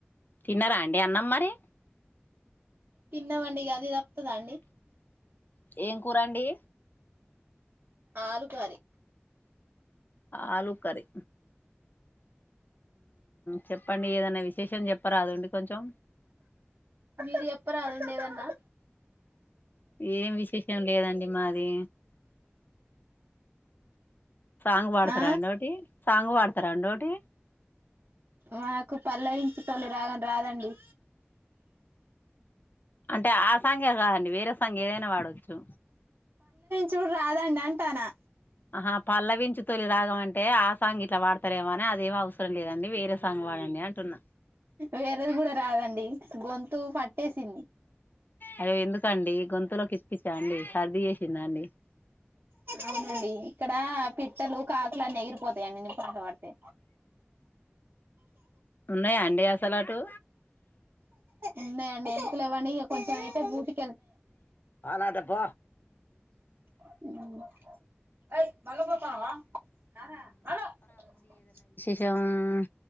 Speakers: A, on the left (about 50°); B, on the right (about 65°).
A: తిన్నారా అండి అన్నం మరి
B: తిన్నామండి అది తప్పుతాదా అండి
A: ఏం కూరండి.
B: ఆలు కర్రీ
A: ఆలు కర్రీ చెప్పండి. ఉ ఏదైనా విశేషం చెప్పరాదండి. కొంచెం
B: మీరు చెప్పరాదండి ఏదైన్నా.
A: ఏం విశేషం లేదండి. మాది సాంగ్ వాడతారా
B: ఆ
A: అండి. ఒకటి సాంగ్ పాడుతారా అండి. ఒకటి
B: నాకు పల్లవించు తొలిరాగం రాదండి.
A: అం ఆ సాంగే కాదండి వేరే సాంగ్ ఏదైనా పాడ వచ్చు
B: చూడు రాదండి అంటానా.
A: ఆహా పల్లవించు తొలి రాగం అంటే ఆ సాంగ్ ఇట్లా పాడతారేమో అని అదేం అవసరం లేదండి వేరే సాంగ్ పాడండి అంటున్నా.
B: వేరేది కూడా రాదండి గొంతు పట్టేసింది.
A: అయ్యో ఎందుకండి. గొంతులో కిచ్ కిచ్చాండి. సర్ది చేసిందాండి.
B: అవునండి ఇక్కడ పిట్టలు, కాకులు అన్నీ ఎగిరిపోతాయండి. నేను పాట పడితే
A: ఉన్నాయా అండి. అసలు అటు
B: ఉన్నాయండి. ఎందుకులేవండి. ఇగ కొంచెం అయితే గూటికి -
A: ఉహు
B: మ్
A: జం మ్